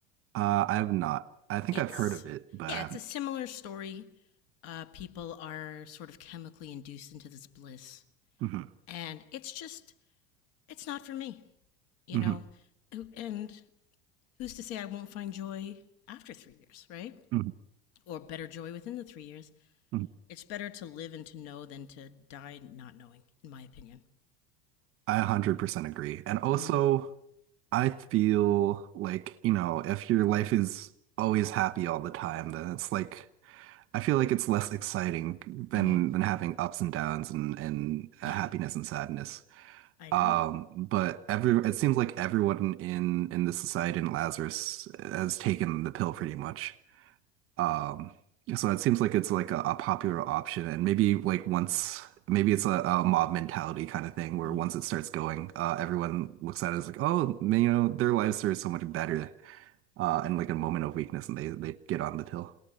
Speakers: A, on the right; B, on the left.
A: Uh, I have not. I think
B: It's.
A: I've heard of it, but
B: Yeah,
A: I haven't.
B: it's a similar story. Uh, people are sort of chemically induced into this bliss.
A: Mhm,
B: And it's just. It's not for me you
A: mhm,
B: know and who's to say I won't find joy after three years, right?
A: mhm,
B: Or better joy within the three years.
A: mhm.
B: It's better to live and to know than to die not knowing, in my opinion.
A: I 100% agree. And also,
B: Mm.
A: I feel like, you know, if your life is always happy all the time, then it's like I feel like it's less exciting than
B: hmm
A: than having ups and downs and and uh,
B: Yep,
A: happiness and sadness.
B: I agree.
A: Um, but every it seems like everyone in in the society in Lazarus has taken the pill pretty much. Um, so it seems like it's like a, a popular option, and maybe like once maybe it's a, a mob mentality kind of thing where
B: Mm.
A: once it starts going, uh, everyone looks at it as like, oh, man, you know, their lives are so much better, uh, in like a moment of weakness, and they they get on the pill.